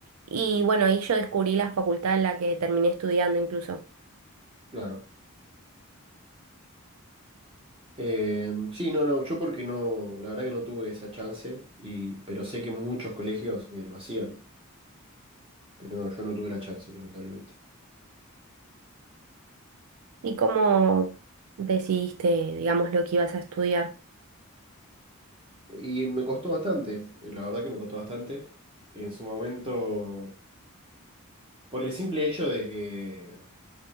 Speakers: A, on the right; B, on the right.
A: Y bueno, ahí yo descubrí la facultad en la que terminé estudiando incluso.
B: Claro. Eh, sí, no, no, yo porque no, la verdad que no tuve esa chance, y, pero sé que muchos colegios eh, lo hacían, pero no, yo no tuve la chance, lamentablemente.
A: ¿Y cómo decidiste, digamos, lo que ibas a estudiar?
B: Y me costó bastante, eh, la verdad que me costó bastante. En su momento, por el simple hecho de que